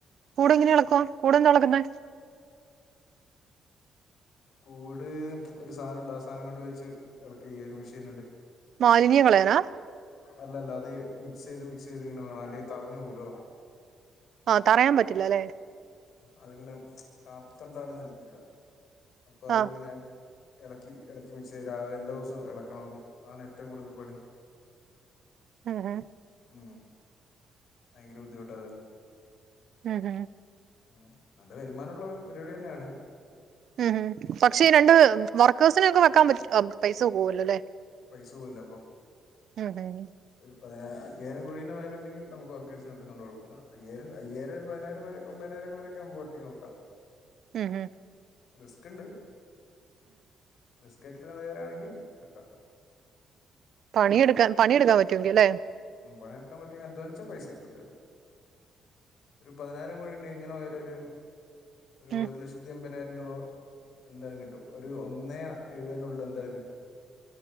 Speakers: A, on the right (about 65°); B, on the left (about 70°).
A: കൂട് എങ്ങനെ എളക്വ? കൂടെ എന്താ എ ളക്കുന്നേ
B: കൂട് ഒരു സാധനം ഉണ്ട്, ആ സാധനം കൊണ്ട് വെച്ച് ഇളക്ക് ചെയ്യാ, ഒരു മെഷീൻ ഉണ്ട്.
A: മാലിന്യം കളയാനാ
B: അല്ലല്ല, അത് മിക്സ് ചെയ്ത് മിക്സ് ചെയ്ത് ഇങ്ങനെ വേണം. അല്ലെ തറഞ്ഞു പോകുവല്ലോ
A: ആ, തറയാൻ പറ്റില്ല അല്ലേ.
B: അതങ്ങനെ കാപ്പിത്തണ്ടാണ് നിലത്തിടുക. അപ്പൊ അതിങ്ങനെ-
A: ആ
B: ഇളക്കി വെച്ച് രാവിലെ എല്ലാ ദിവസവും ഇളക്കണം, അതാണ് ഏറ്റവും കൂടുതൽ പണി.
A: ആ, ആ
B: ആ ഭയങ്കര ബുദ്ധിമുട്ടാ
A: ഉം, ഉം
B: ഉം, നല്ല വരുമാനം ഉള്ള പരിപാടി തന്നെയാണ്.
A: ഉം, ഉം, പക്ഷേ ഈ രണ്ട് വർക്കേഴ്സിനെൊക്കെ വെക്കാൻ പറ്റില്ലേ - അപ്പൊ, പൈസ പോവല്ലോ അല്ലേ?
B: പൈസ പോവല്ലോ അപ്പം
A: ഉം, ഉം
B: ഒരു അയ്യായിരം കോഴീനെ മേല ഉണ്ടെങ്കിൽ നമുക്ക് വർക്കേഴ്സിനെ വെക്കേന്നോണ്ട് കുഴപ്പമില്ല, അയ്യായിരം, ഒരു പതിനായിരം ഒമ്പതിനായിരം വരെയൊക്കെ നമുക്ക് ഒറ്റക്ക് നോക്കാം.
A: ഉം ഹും
B: റിസ്ക് ഇണ്ട്- റിസ്ക്കേറ്റെടുക്കാൻ തയ്യാർ ആണെങ്കിൽ- എടുക്കാം
A: പണിയെടുക്കാൻ പറ്റുമെങ്കിൽ അല്ലെ?
B: ഉം പണിയെടുക്കാൻ പറ്റുവെങ്കിൽ അധ്വാനി- പൈസ കിട്ടു എന്തായാലും, ഒരു പതിനായിരം കോഴിയിണ്ടേ എങ്ങനെ പോയാലും ഒരു - ഒരു
A: ഉം
B: ഒരു ലക്ഷത്തി അൻപതിനായിരം- രൂപ <inaudible> എന്തായാലും കിട്ടും ഒരു ഒന്നേ എഴുപതിനുള്ളിൽ എന്തായാലും കിട്ടും.